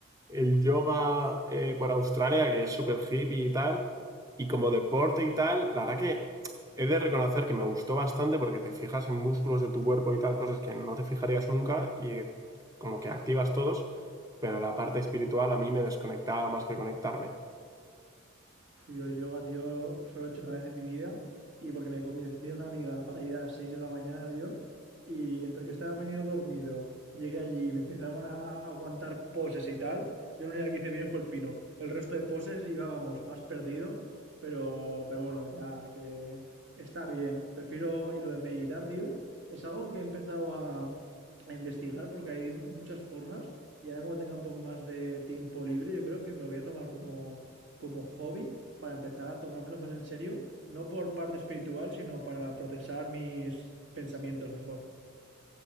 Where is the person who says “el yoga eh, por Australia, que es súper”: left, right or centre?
Right